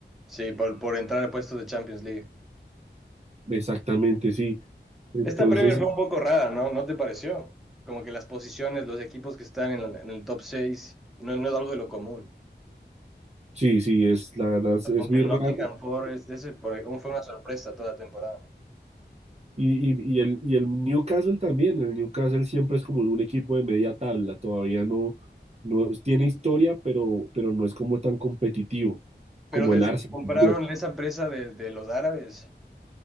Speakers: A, in the centre; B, on the right.
A: Sí, por, por entrar a puestos de Champions League.
B: exactamente, sí. Entonces,
A: Esta Premier fue un poco rara, ¿no? ¿No te pareció? Como que las posiciones, los equipos que están en, la- en el top 6, no, no es algo de lo común.
B: sí, sí, es, la verdad es, es
A: Ponte
B: muy
A: el
B: raro.
A: Nottingham Forest, ese por- fue una sorpresa toda la temporada.
B: Y, y, y el, y el Newcastle también, el Newcastle siempre es como un equipo de media tabla, todavía no, no tiene historia, pero, pero no es como tan competitivo
A: Pero
B: como
A: desde
B: el Arsenal.
A: que compraron esa empresa de, de los árabes,